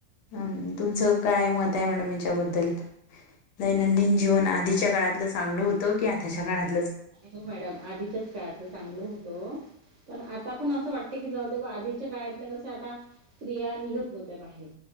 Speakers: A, on the left; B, on the right.
A: अं तुमचं काय मत आहे, मॅडम याच्याबद्दल? दैनंदिन जीवन आधीच्या काळातलं चांगल होतं, की आताच्या काळात?
B: हो मॅडम, आधीच्याच काळातलं चांगलं होतं ओ. पण आता पण असं वाटतं, की जाऊ देऊ म आधीच्या काळातलं कस आता स्त्रिया निघत नव्हत्या बाहेर.